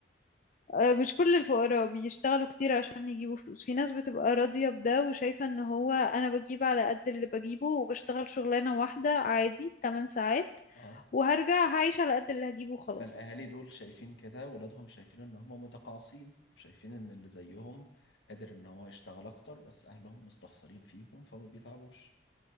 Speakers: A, on the left; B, on the left.
A: آه مش كل الفقراء بيشتغلوا كتير عشان يجيبوا فلوس في ناس بتبقى راضية بده وشايفة إن هو أنا بجيب على قد اللي بجيبه وبشتغل شغلانة واحدة عادي 8 ساعات
B: آه
A: وهرجع هعيش على قد اللي هجيبه خلاص
B: فالأهالي دول شايفين كده ولادهم شايفين إن هم متقاعسين وشايفين إن اللي زيهم قادر إن هو يشتغل أكتر بس أهلهم مستخسرين فيهم فما بيتعبوش